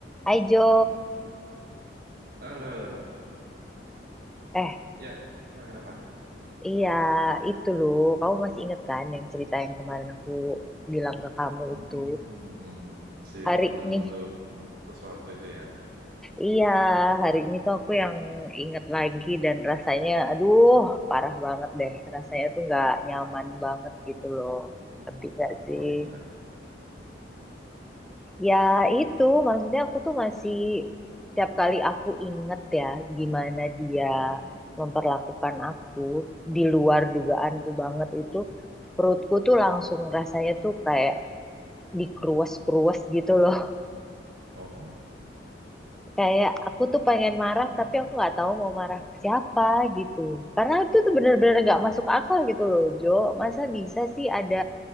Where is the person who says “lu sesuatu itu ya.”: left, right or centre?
Right